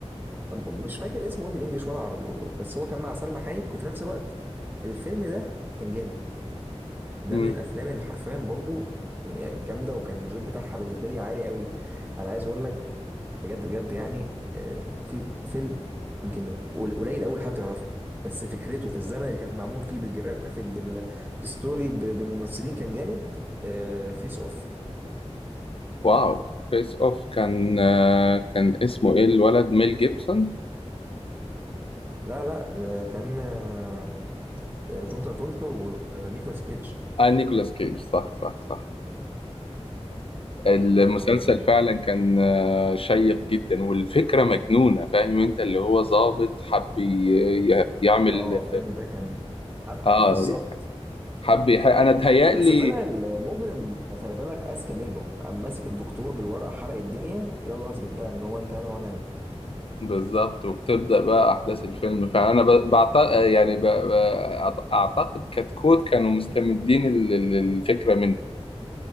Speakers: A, on the right (about 20°); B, on the left (about 55°).
A: أم- مش فاكر اسمه ايه بالانجلش ولا عربي والله بس هو كان مع سلمى حايك وفي نفس الوقت الفيلم ده كان جامد ده
B: فاكره
A: من الافلام اللي حرفيا برضو يعني جامده وكان الريت بتاعها بالنسبه لي عالي قوي انا عايز اقول لك بجد بجد يعني آه، في فيلم يمكن قل- قليل قوي حد يعرفه بس فكرته في الزمن اللي كان معمول فيه بالجرافيك بال- بالستوري ب- بممثلين كان جامد فيس اوف
B: واو فيس اوف كان آه، كان اسمه ايه الولد ميل جيبسون
A: لا لا آه، كان آه، جون ترافولتا ونيكولاس كيدج
B: اه نيكولاس كيج صح صح صح المسلسل
A: يعني
B: فعلا كان آه، شيق جدا والفكرة مجنونة فاهم انت اللي هو ضابط حب ي-
A: الفيلم
B: ي- يعمل
A: اه الفيلم ده كان حب
B: اه
A: بالظبط
B: حب يح... انا اتهيألي
A: بس طلع المجرم خلي بالك اذكى منه قام ماسك الدكتور بالورقه حرق الدنيا يلا اثبت بقى ان هو انت انا وانا انت
B: بالظبط وبتبدأ بقى احداث الفيلم فانا ب... بعت... يعني ب... ب... أعت- اعتقد كتكوت كانوا مستمدين ال- ال- الفكرة منه